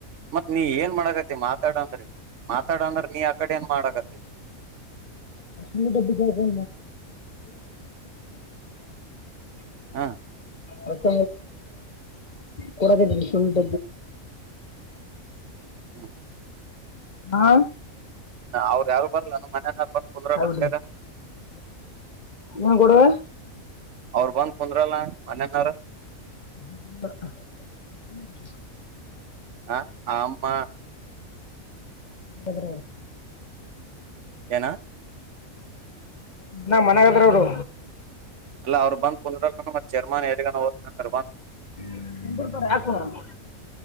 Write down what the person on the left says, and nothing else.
ಇಬಕ ಬಾಬಾ
ಮತ ಕೊಡಕದ ಸಲ್ಟ್ದ
ಹಾ
ಹಬಡಿ
ಏನ್ ಕೊಡುವ
<unintelligible>
ಹದ
ನಮ್ಮನೆಯಾಗದಾರರು
ಕುಂದುರ್ತಾರೆ ಯಾಕ್ ಕುಂದ್ರಲ್ಲ